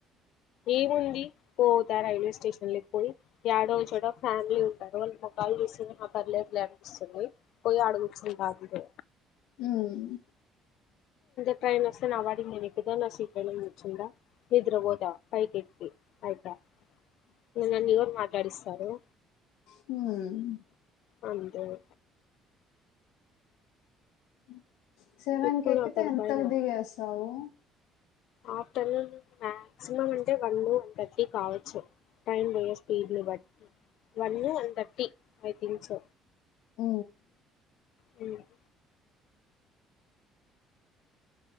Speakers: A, on the left; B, on the left.
A: ఏముంది పోతా రైల్వే స్టేషన్లకి పోయి ఏడో ఒక చోట ఫ్యామిలీ ఉ వాళ్ళ మోకాలు చూసి ఇంకా పర్లేదు అనిపిస్తుంది పోయి ఆడ కూర్చుంటా అంతే
B: ఉమ్
A: ట్రైన్ వస్తి నా పాటికి నేను ఎక్కుత నా సీటు ము కూర్చుంట నిద్ర పోత పైకి ఎక్కి అయిపోయా ఇంకా నన్ను ఎవరు మాట్లాడిస్తారు తరు
B: హ
A: అంతేగా
B: <unintelligible> సేవన్
A: ఇప్పుడు
B: కు ఎక్తే
A: ఒకరిపైన
B: ఎంతకు దిగేస్తావు <inaudible>
A: ఆఫ్టర్నూన్ మాక్సిమం అంటే వన్ వన్ థర్టీ కావచ్చు ట్రెన్ పోయె స్పీడ్ ను బట్టి one one thirty I think
B: అ
A: అవున